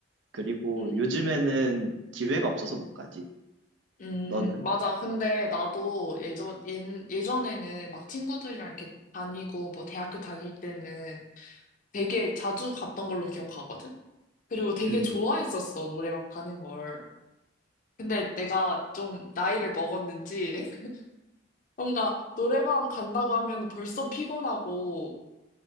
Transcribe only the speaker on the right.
그리고
요즘에는 기회가 없어서 못 가지.
너는?
음,